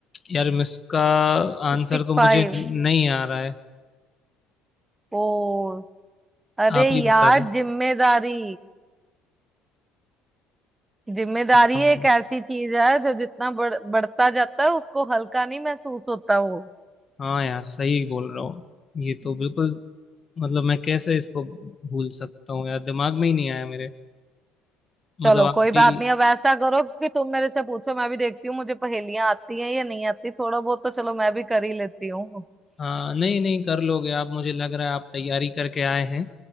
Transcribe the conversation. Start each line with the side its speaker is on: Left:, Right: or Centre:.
Left: यार इसका आंसर
Right: Tick tick
Left: तो
Right: five
Left: मुझे नहीं आ रहा है
Right: Four अरे
Left: आप
Right: यार
Left: ही बता दो
Right: जिम्मेदारी जिम्मेदारी
Left: हाँ
Right: एक ऐसी चीज है जो जितना बढ़, बढ़ता जाता है उसको हल्का नहीं महसूस होता वो
Left: हाँ यार सही बोल रहा हूँ ये
Right: <laughs>
Left: तो बिल्कुल मतलब मैं कैसे इसको भूल सकता हूँ यार दिमाग में ही नहीं आया मेरे मतलब
Right: चलो
Left: आप
Right: कोई
Left: भी
Right: बात नहीं अब ऐसा करो कि तुम मेरे से पूछो मैं भी देखती हूँ मुझे पहेलियां आती हैं या नहीं आती थोड़ा बहुत तो चलो मैं भी कर ही लेती हूँ
Left: हाँ नहीं नहीं कर लोगे आप मुझे लग रहा है आप तैयारी करके आए हैं